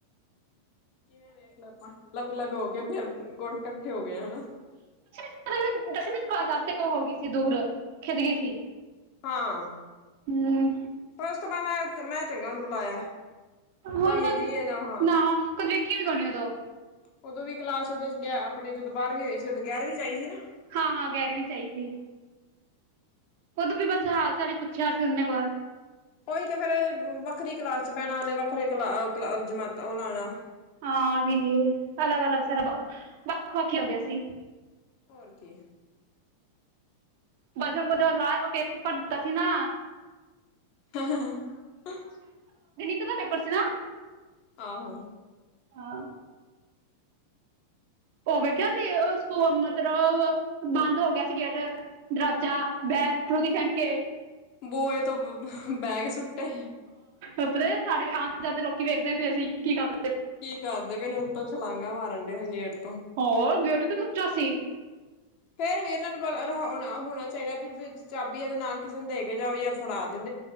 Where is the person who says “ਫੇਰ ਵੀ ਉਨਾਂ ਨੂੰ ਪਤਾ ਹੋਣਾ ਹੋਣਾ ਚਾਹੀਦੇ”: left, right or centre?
Left